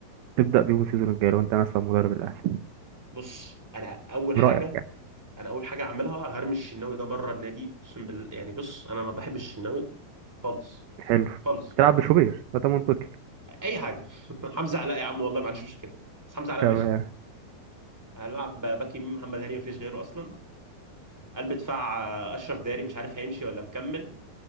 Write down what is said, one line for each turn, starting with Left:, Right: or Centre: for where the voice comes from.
Right: تبدا بيهم السيزون الجاي لو انت مثلا مدرب الاهلي
Centre: بص انا اول
Right: من
Centre: حاجه
Right: رايك يعني
Centre: انا اول حاجه اعملها هرمي الشناوي ده بره النادي اقسم بالله يعني بص انا ما بحبش الشناوي خالص
Right: حلو
Centre: خالص
Right: تلعب بشوبير فده منطقي
Centre: اي حاجه <laughs> حمزه علاء يا عم والله ما عنديش مشكله بس حمزه علاء
Right: تمام
Centre: ماشي هنلعب باك يمين محمد هاني ما فيش غيره اصلا قلب دفاع آه، اشرف داري مش عارف هيمشي ولا مكمل